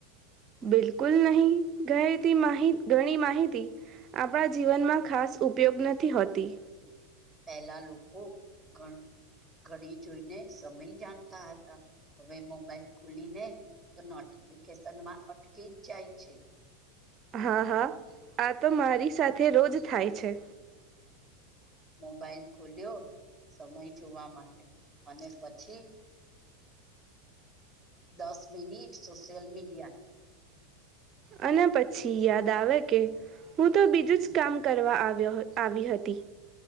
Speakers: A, on the right; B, in the centre.
A: બિલકુલ નહી ગઈ <unintelligible> માહિત ઘણી માહિતી. આપણા જીવનમાં ખાસ ઉપયોગ નથી હોતી.
B: પહેલા લોકો ગણ ઘડી જોઈને સમય જાણતા હતા હવે મોબાઈલ ખોલીને. તો નોટિફિકેશન માં અટકી જ જાય છે.
A: હા હા આ તો મારી સાથે રોજ થાય છે.
B: મોબાઈલ ખોલ્યો સમય જોવા માટે અને પછી. દસ મિનિટ સોશિલ મીડિયા.
A: અને પછી યાદ આવે કે. હું તો બીજું જ કામ કરવા આવ્યો આવી હતી.